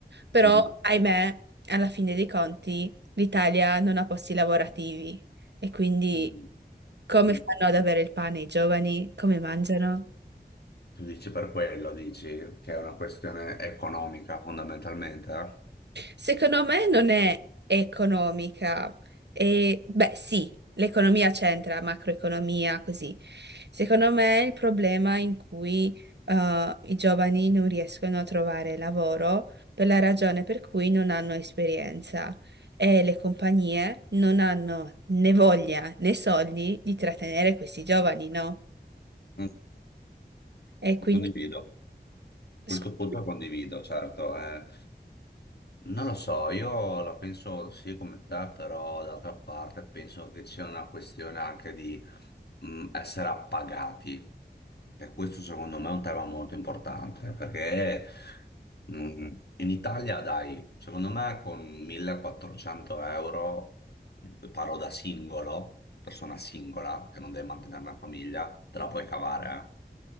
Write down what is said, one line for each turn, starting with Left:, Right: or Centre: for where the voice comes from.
Right: però
Left: Mhm.
Right: ahimè, alla fine dei conti, l'Italia non ha posti lavorativi e quindi
Left: Mm.
Right: come
Left: Tu,
Right: fanno ad avere il pane i giovani? Come mangiano?
Left: tu dici per quello, dici che è una questione economica fondamentalmente? eh?
Right: Secondo me non è economica. E, beh, sì, l'economia c'entra, macroeconomia, così. Secondo me il problema in cui eh, i giovani non riescono a trovare lavoro per la ragione per cui non hanno esperienza e le compagnie non hanno né voglia né soldi di trattenere questi giovani, no?
Left: Mm.
Right: E quindi...
Left: Condivido.
Right: Scusa.
Left: Questo punto condivido, certo. eh. Non lo so, io la penso sì come te, però d'altra parte penso che c'è una questione anche di mh, essere appagati. E questo secondo me è un tema molto importante, perché mh, in Italia, dai, secondo me con 1400 euro, parlo da singolo, persona singola, che non deve mantenere una famiglia, te la puoi cavare,